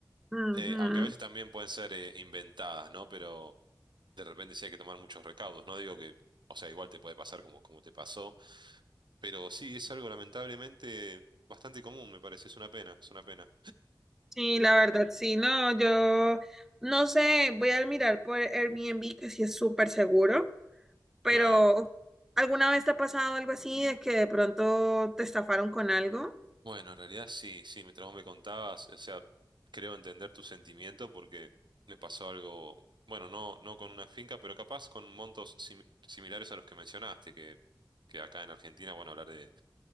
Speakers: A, in the centre; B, on the right.
A: Ujú.
B: Eh, aunque a veces también pueden ser eh, inventadas, ¿no? Pero. de repente sí hay que tomar muchos recaudos. No digo que, o sea, igual te puede pasar como, como te pasó, pero sí es algo lamentablemente bastante común, me parece. Es una pena, es una pena.
A: Sí, la verdad, sí, no, yo no sé, voy a mirar por Airbnb, que sí es súper seguro, pero
B: Claro.
A: ¿alguna vez te ha pasado algo así de que de pronto te estafaron con algo?
B: Bueno, en realidad sí, sí, mientras vos me contabas, o sea, creo entender tu sentimiento porque me pasó algo, bueno, no, no con una finca, pero capaz con montos simi- similares a los que mencionaste, que, que acá en Argentina, bueno, hablar de